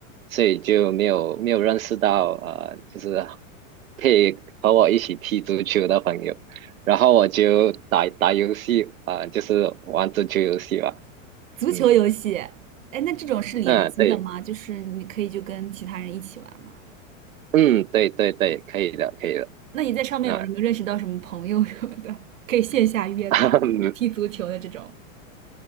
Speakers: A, on the right; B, on the right.
A: 所以就没有没有认识到呃，就是 <laughs> 配和我一起踢足球的朋友，然后我就打打游戏啊，呃就是玩足球游戏吧，
B: 足球游戏。
A: 嗯，
B: 哎，那这种是联机的吗？
A: 嗯，对，
B: 就是你可以就跟其他人一起玩吗？
A: 嗯，对对对，可以的，可以的，
B: 那你在上面有没有认识到什么朋友什么的，
A: 啊，
B: 可以线下约打踢足球的这种？
A: <laughs>